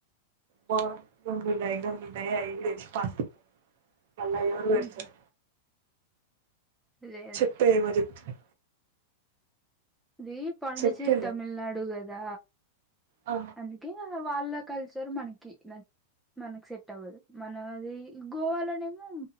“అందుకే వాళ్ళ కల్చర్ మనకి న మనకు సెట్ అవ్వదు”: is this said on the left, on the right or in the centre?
Centre